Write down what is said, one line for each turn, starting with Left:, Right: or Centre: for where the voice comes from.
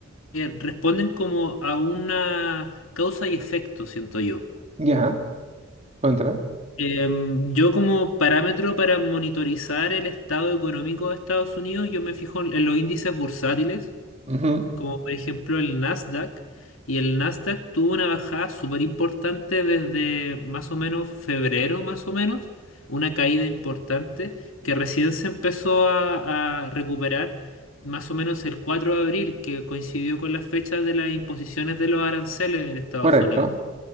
Left: eh, responden como a una causa y efecto, siento yo.
Right: Ya, cuéntame.
Left: Em, yo como parámetro para monitorizar el estado económico de Estados Unidos, yo me fijo en en los índices bursátiles
Right: Ujú,
Left: como por ejemplo el Nasdaq, y el Nasdaq tuvo una bajada súper importante desde más o menos febrero, más o menos, una caída importante que recién se empezó a, a recuperar más o menos el 4 de abril, que coincidió con la fecha de las imposiciones de los aranceles en Estados
Right: Correcto.
Left: Unidos.